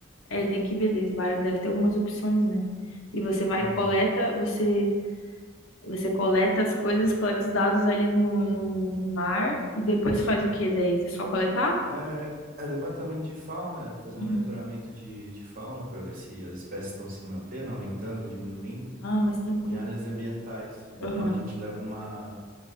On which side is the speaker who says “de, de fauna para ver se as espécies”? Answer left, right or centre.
Right